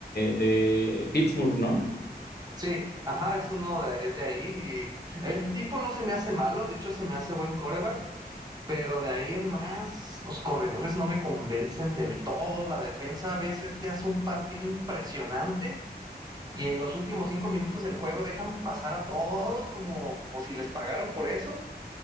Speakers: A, on the left (about 75°); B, on the right (about 25°).
A: de Pittsburgh, ¿no?
B: sí, ajá, es uno de, es de ahí y el tipo no se me hace malo, de hecho se me hace buen coreback, pero de ahí en más los corredores no me convencen del todo, la defensa a veces te hace un partido impresionante Y en los últimos cinco minutos del juego dejan pasar a todos como, como si les pagaran por eso.